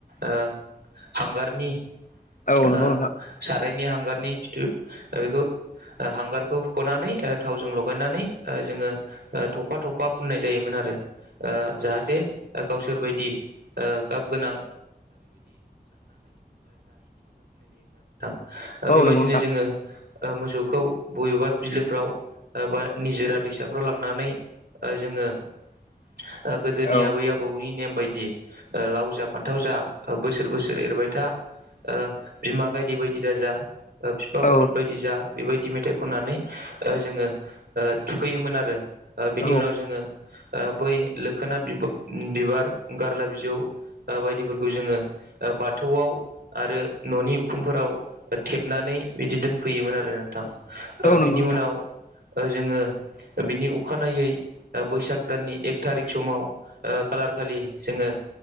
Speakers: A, on the right; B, on the left.
A: ओ हांगारनि
B: औ
A: ओ
B: नंगौ नोंथां
A: सारायनि हांगारनि खिथु बेखौ ओ हांगारखौ हुख'नानै ओ थावजों लगायनानै ओ जोङो ओ थफा थफा फुननाय जायोमोन आरो। ओ जाहाथे गावसोरबायदि ओ गाब गोनां बेबायदिनो
B: औ नंगौ नोंथां
A: जोङो ओ मोसौखौ बबेबा बिलोफ्राव ओ बा निजोरा दैसाफ्राव लांनानै ओ जोङो ओ गोदोनि
B: औ
A: आबै आबौनि नेम बायदि दि लाव जा फान्थाव जा बोसोर बोसोर एरबाय था ओ बिमा गायदे बायदि दाजा फिफा
B: औ
A: बलद बायदि जा बेबायदि मेथाइ खननानै ओ जोङो ओ थुखैयोमोन आरो। ओ बिनि
B: औ
A: उनाव जोङो ओ बै लोखोना बिबा-बिबार गारला बिजौ ओ बायदिफोरखौ जोङो बाथौआव आरो न'नि उखुमफोराव ओ थेबनानै नै बिदि दोनफैयोमोन आरो नोंथां। ओ
B: औ नंगौ
A: बिनि
B: नोंथां
A: उनाव ओ जोङो बिनि अखानायै ओ बैसाग दाननि एक थारिख समाव ओ खालार खालि जोङो